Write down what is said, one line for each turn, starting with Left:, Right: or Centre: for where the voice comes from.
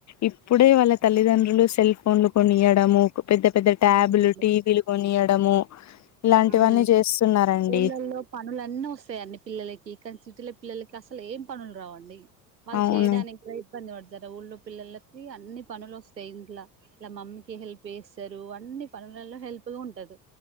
Left: ఇప్పుడే వాళ్ళ తల్లిదండ్రులు సెల్ ఫోన్లు కొనియడము కో పెద్ద పెద్ద ట్యాబులు
Right: అవునండి.
Left: టీవీలు కొనియడము ఇలాంటివన్నీ
Right: అవునండి
Left: చేస్తున్నారండి
Right: ఊళ్ళలో పనులున్నీ వస్తాయి అన్నీ పిల్లలకి కానీ స్టిల పిల్లలకి అసలు ఏం పనులు రావండి వాళ్ళు
Left: అవును
Right: చేయడానికి ప్రయత్ ఇబ్బంది పడతారు ఊళ్ళో పిల్లలకి అన్ని పనులు వస్తాయి ఇంట్లా ఇలా మమ్మీకి హెల్ప్ చేస్తారు అన్ అన్ని పనులల్లో హెల్ప్ గా ఉండదు